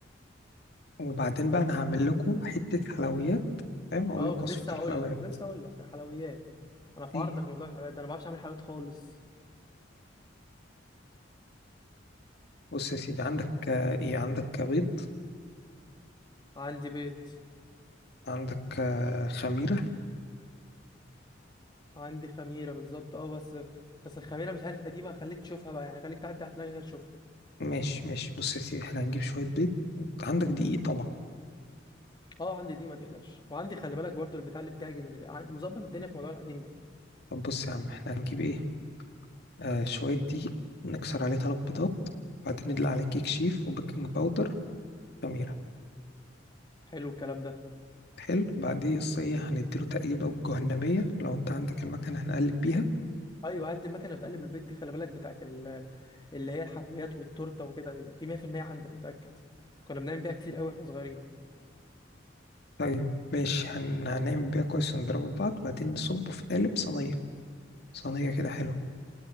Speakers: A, on the left; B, on the left.
A: وبعدين
B: طب
A: بقى انا هعمل لكم حته حلويات فاهم هقول
B: اه
A: لك
B: كنت
A: وصفه
B: لسه
A: الحلويات
B: هقول لك لسه هقول لك حلويات انا في
A: ايه
B: عرضك موضوع الحلويات ده انا ما بعرفش اعمل حلويات خالص
A: بص يا سيدي عندك آه، ايه عندك آه، بيض
B: عندي بيت
A: عندك آه، خميره
B: عندي خميره بالظبط اه بس بس الخميره مش عارف قديمه خليك تشوفها بقى يعني خليك تعدي على التلاجه كده تشوفها
A: ماشي ماشي بص يا سيدي احنا هنجيب شويه بيض عندك دقيق طبعا
B: اه عندي دي ما تقلقش وعندي خلي بالك برضو البتاع اللي بتعجن اللي عندي مظبط الدنيا في موضوع العجين ده
A: طب بص يا عم احنا هنجيب ايه آه شويه دقيق نكسر عليه ثلاث بيضات بعدين ندلق عليه كيك شيف وبيكنج باودر خميره
B: حلو الكلام ده
A: حلو بعدين يس ايه هنديله تقليبه جهنميه لو انت عندك المكنه هنقلب بيها
B: ايوه عندي المكنه اللي بتقلب البيت دي خلي بالك بتاعت ال- اللي هي الحلويات والتورته وكده دي 100% عندي أنا متاكد كنا بنعمل بيها كتير قوي واحنا صغيرين
A: طيب ماشي هن... هنعمل بيها كويس ونضربه في بعض بعدين نصبه في قالب صينية صينية كده حلوة